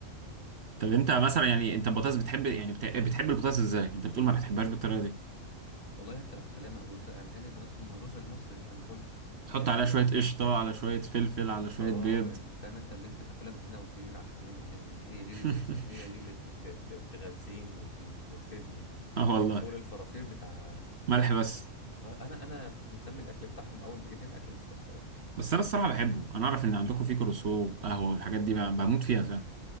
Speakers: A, on the right; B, on the left.
A: طب
B: جامد
A: انت
B: جدا.
A: مثلا يعني انت البطاطس بتحب يعني بت- بتحب البطاطس ازاي انت بتقول ما بتحبهاش بالطريقه دي
B: والله انت لو هتخليها مهروسة اعملها لي البطاطس المهروسة المصري اللي احنا بناكلها
A: تحط
B: اللي هي
A: عليها
B: ال...
A: شويه قشطه على شويه فلفل على شويه
B: اه
A: بيض
B: ال- فاهم انت اللي انت تاكلها من هنا وتطير على الحمام من هنا دي هي دي اللي
A: <laughs>
B: هي دي اللي ت- ت- ت- تغذيني وت... وت... وتفيدني
A: اه
B: لكن
A: والله
B: شغل الفرافير بتاع
A: ملح بس
B: آه، انا انا كنت مسمي الاكل بتاعهم اول ما جيت هنا اكل مستشفيات
A: بس انا الصراحه بحبه انا اعرف ان عندكم في كروسو وقهوه والحاجات دي ب- بموت فيها فاهم